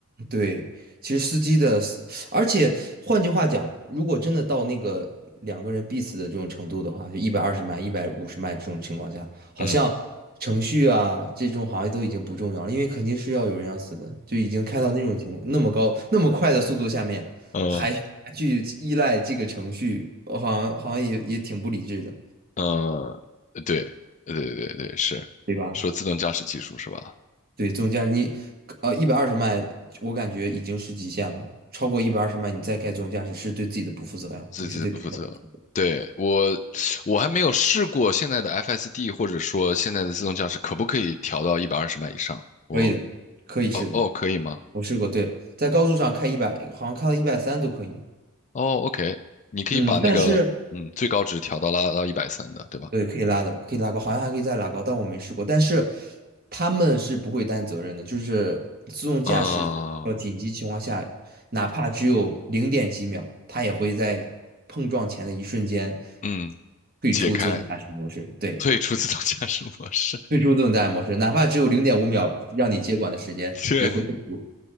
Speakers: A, on the right; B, on the left.
A: 对，其实司机的司，而且换句话讲，如果真的到那个两个人必死的这种程度的话，就一百二十迈、一百五十迈这种情况下，好像程序啊这种好像都已经不重要了，
B: 嗯
A: 因为肯定是要有人要死的，就已经开到那种情那么高、那么快的速度下面，
B: 嗯
A: 还还去依赖这个程序，好像好像也也挺不理智的，
B: 呃，对对对对对，是说自动驾驶技术是吧？
A: 对吧？对，自动驾驶，你呃一百二十迈，我感觉已经是极限了。超过一百二十迈，你再开自动驾驶是对自己的不负责呀，
B: 自己不负责。
A: 你是对别人的
B: 对，我，我还没有试过现在的 FSD 或者说现在的自动驾驶可不可以调到一百二十迈以上？我
A: 可以的，可以试的，
B: 哦哦，可以吗？
A: 我试过。对，在高速上开一百，好像开到一百三都可以。
B: 哦，OK，你可以把那个嗯最高值调到拉到一百三的，
A: 嗯，但是
B: 对吧？
A: 对，可以拉的，可以拉高，好像还可以再拉高，但我没试过。但是他们是不会担责任的，就是自动驾驶要紧急情况下，
B: 嗯
A: 哪怕只有零点几秒，它也会在碰撞前的一瞬间
B: 嗯，
A: 退出自动驾驶模式。
B: 解开，
A: 对，
B: 退出自动驾驶模式。
A: 退出自动驾驶模式，哪怕只有零点五秒让你接管的时间，
B: 对，
A: 也会退出。